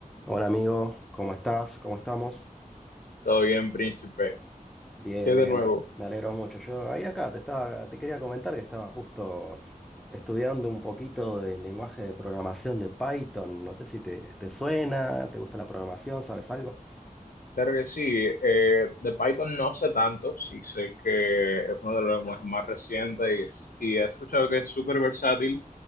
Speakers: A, in the centre; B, on the left (about 75°).
A: Hola amigo, ¿cómo estás? ¿Cómo estamos?
B: Todo bien, príncipe.
A: Bien,
B: qué
A: bien,
B: de nuevo,
A: me, me alegro mucho. Yo ahí acá te estaba, te quería comentar que estaba justo estudiando un poquito del lenguaje de programación de Python. No sé si te, te suena, te gusta la programación, ¿sabes algo?
B: claro que sí, eh, de Python no sé tanto, sí sé que es uno de los lenguajes más recientes y, es- y he escuchado que es súper versátil,